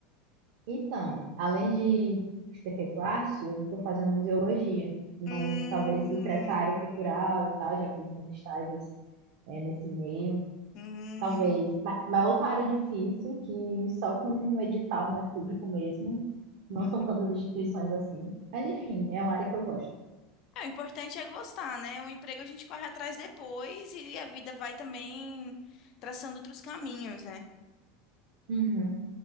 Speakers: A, on the right; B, on the left.
A: Então, além de ter feito arte, eu estou fazendo museologia. Então,
B: Hum,
A: talvez ir para essa área cultural e tal, já fiz uns estágios, é, nesse meio.
B: hum,
A: Talvez, ma- mas outra área difícil, que só com um edital, né, público mesmo, não
B: hum.
A: são tantas instituições assim. Mas, enfim, é uma área que eu gosto.
B: É, o importante é gostar, né? O emprego a gente corre atrás depois e a vida vai também traçando outros caminhos, né?
A: Uhum.